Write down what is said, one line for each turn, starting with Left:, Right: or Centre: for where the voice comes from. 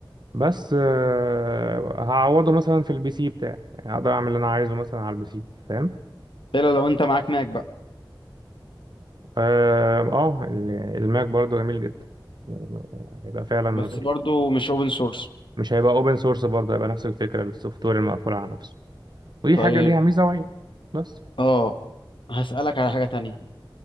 Right: بس آه، هعوضه مثلا في البي سي بتاعي يعني أقدر أعمل اللي أنا عايزه مثلا على البي سي فاهم
Left: الا لو انت معاك ماك بقى
Right: آه آه، ال- الماك برضو جميل جدا يعني هيبقى فعلا
Left: بس
Right: مز...
Left: برضو مش اوبن سورس
Right: مش هيبقى اوبن سورس برضه هيبقى نفس الفكرة السوفت وير المقفول على نفسه ودي
Left: طيب
Right: حاجة ليها ميزة وعيب بس
Left: اه هسألك على حاجة تانية